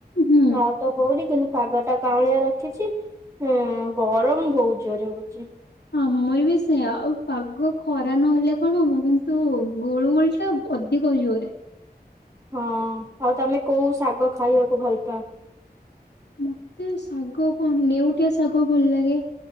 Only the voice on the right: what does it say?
ଆଉ ତ ହଉନି କିନ୍ତୁ ପାଗ ଟା କାଉଁଳିଆ ରଖିଛି ଉଁ ଗରମ ବହୁତ୍ ଜୋରେ ହଉଛି।
ହଁ ଆଉ ତମେ କୋଉ ଶାଗ ଖାଇବାକୁ ଭଲ ପାଅ?